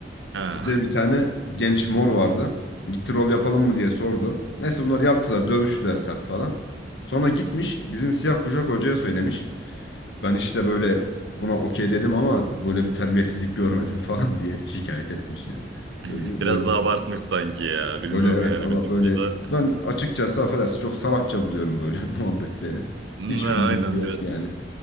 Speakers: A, on the right (about 85°); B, on the left (about 80°).
A: Ha,
B: Bize bir tane genç mor vardı. Gitti rol yapalım mı diye sordu. Neyse bunlar yaptılar. Dövüştüler sert falan. Sonra gitmiş bizim siyah kuşak hocaya söylemiş. Ben işte böyle buna okey dedim ama böyle bir terbiyesizlik görmedim <laughs> falan diye şikayet etmiş ya.
A: <laughs>
B: Çocuğu böyle
A: biraz daha abartmış sanki ya. Bilmiyorum
B: böyle evet
A: yani
B: ama
A: bir
B: böyle
A: noktada.
B: ben açıkçası affedersin çok salakça buluyorum böyle <laughs> muhabbetleri.
A: Ne,
B: Hiçbir
A: aynen
B: mantığı yok
A: biraz,
B: yani.